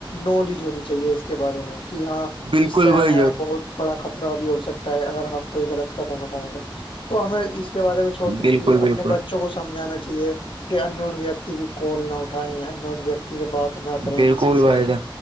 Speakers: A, on the left; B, on the right.
A: نالج ہونی چاہیے اس کے بارے میں کہ ہاں
B: بالکل
A: اس سے
B: بھائی
A: ہمیں
B: جان
A: بہت بڑا خطرہ بھی ہو سکتا ہے اگر ہم کوئی غلط قدم اٹھائےیں تو تو ہمیں اس کے بارے میں سوچنا
B: بالکل
A: چاہیے اپنے
B: بالکل
A: بچوں کو سمجھانا چاہیے انون ویکتی کی کوال نہ اٹھائے ان نون ویکتی سے بات نہ کریں
B: بالکل
A: کسی سے
B: بھائی جان